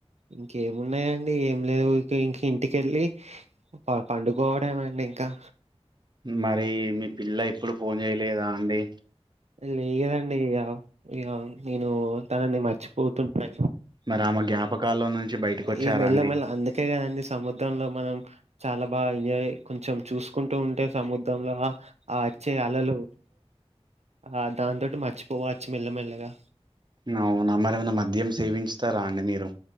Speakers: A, on the right; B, on the right.
A: ఇంకేమున్నాయండి ఏం లేదు ఇ ఇంకా ఇంటికెళ్ళి టైం పండుకోవడంమండి కా
B: మరి మీ పిల్ల ఎప్పుడు ఫోన్ చేయలేదా అండి
A: లేదండి ఇగా ఇగా నేను తనని మర్చిపోతుంటన్నా
B: మరి ఆమె జ్ఞాపకాల్లో నుంచి బయటకొచ్చారా
A: ఈ మెల్ల
B: అండి
A: మెల్ల అందుకే కదండి సముద్రంలో మనం చాలా బాగా ఎంజాయ్ కొంచెం చూసుకుంటూ ఉంటే సముద్రంలో ఆ వచ్చే అలలు ఆ దాంతోటి మర్చిపోవచ్చు మెల్లమెల్లగా
B: నవునా మరి ఏమన్నా మద్యం సేవించుతారా అండి మీరు